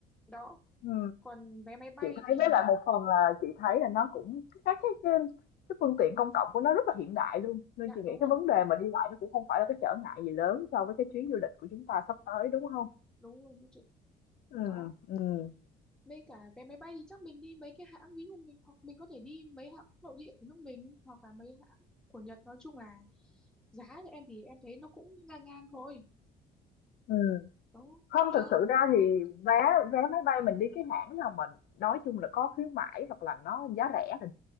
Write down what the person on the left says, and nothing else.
ừ.
chị thấy
với lại một phần là chị thấy là nó cũng các cái cái, cái phương tiện công cộng của nó rất là hiện đại luôn nên
chị nghĩ
cái vấn đề mà đi lại nó cũng không phải là cái trở ngại gì lớn so với cái chuyến du lịch của chúng ta sắp tới đúng không
Ừ,
ừ,
ừ.
Không,
thật sự ra thì vé vé máy bay mình đi cái hãng nào mình nói chung là có khuyến mãi hoặc là nó giá rẻ thì